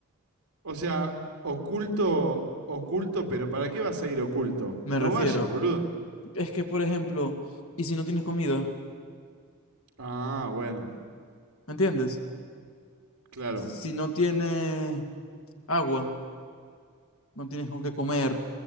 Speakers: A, on the right; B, on the left.
A: O sea, oculto, oculto, pero ¿para qué vas a ir oculto?
B: Me
A: No
B: refiero.
A: vayas, boludo.
B: Es que, por ejemplo, ¿y si no tienes comida?
A: Ah, bueno,
B: ¿Entiendes?
A: claro.
B: Si no tienes agua, no tienes con qué comer,